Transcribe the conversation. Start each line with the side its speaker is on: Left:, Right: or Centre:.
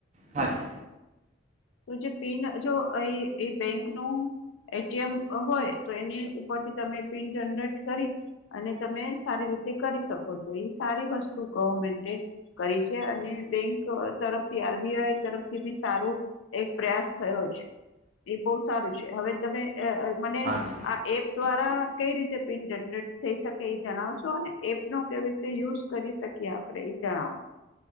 Right: હા જ
Left: તો જે પિન જો એ એ બેંક નું એટીએમ હોય તો એની ઉપરથી તમે પિન જનરેટ કરી અને તમે સારી રીતે કરી શકો છો એ સારી વસ્તુ ગવર્મેન્ટ કરી છે અને બેંક તરફથી આરબીઆઈ તરફથી બી સારું એક પ્રયાસ થયો છે એ બહુ સારું છે હવે તમે અઅ મને
Right: હાજી
Left: આ એપ દ્વારા કઈ રીતે પિન જનરેટ થઈ શકે એ જણાવશો અને એપનો કેવી રીતે યુઝ કરી શકીએ આપ એ જણાવો